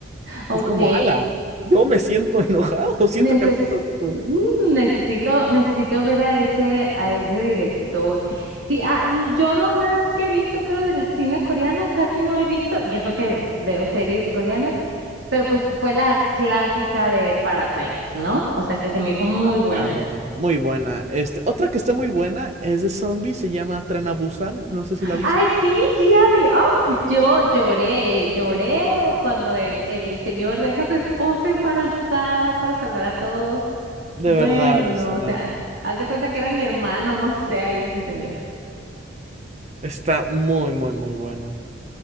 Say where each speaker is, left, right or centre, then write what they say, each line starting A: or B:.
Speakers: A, on the right; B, on the right.
A: Ok.
B: es como, ala, yo me siento enojado, <laughs> siento
A: Neces-
B: que a mí me lo dijo.
A: mm, necesito, necesito ver a ese, a ese director. Sí, ah, yo lo más que he visto, creo, del cine coreano, casi no he visto, y eso que veo series coreanas, pero pues fue la clásica de Parasites, ¿no? O sea, que se me hizo muy
B: Ah,
A: buena.
B: claro, muy buena. Este, otra que está muy buena es de zombies, se llama Tren a Busan, no sé si la viste.
A: Ay, sí, sí la vi. Oh, yo lloré, lloré cuando el, el señor deja a su esposa embarazada para salvar a todos.
B: De
A: Bueno,
B: verdad,
A: no,
B: o sea.
A: o sea, haz de cuenta que era mi hermano, no sé, ahí ese señor.
B: Está muy, muy, muy buena.